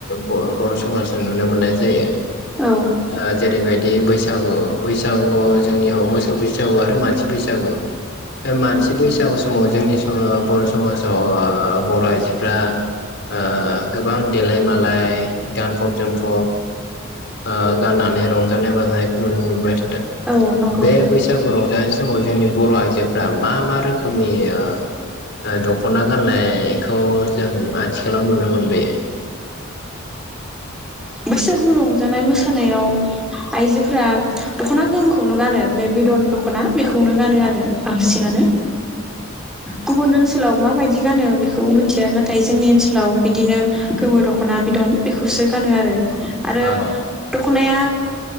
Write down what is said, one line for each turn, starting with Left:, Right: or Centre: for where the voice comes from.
Left: बर' समाजजों नुनो मोननाय जायो। ओ
Centre: औ
Left: जेरैबायदि बैसागु बैसागुआव जोंनियाव मोसौ बैसागु आरो मानसि बैसागु मानसि बैसागु समाव जोंनि सम ओ बर' समाजाव बर' आइजोफ्रा ओ ओ गोबां देलाय मालाय गानफब जोमफब ओ गाननानै रंजा जानाय बाजानायखौ नुनो मोनबाय
Centre: औ नंगौ
Left: बे बैसागु रंजानाय बे समाव जोंनि बर' आइजोफ्रा मा मा रोखोमनि ओ ओ दख'ना गाननायखौ जों आथिखालाव नुनो मोनबोयो?
Centre: बैसागु रंजानाय मोसानायाव आइजोफोरा दख'ना गोमोखौनो गानो बे बिदन दख'ना बेखौनो गानो आरो बांसिनानो। गुबुन ओनसो ओनसोलाव माबायदि गानो बेखौ मिथिया नाथाय जोंनि ओनसोलाव बिदिनो गोमो दख'ना बिदन बेखौसो गानो आरो आरो
Left: औ
Centre: दख'नाया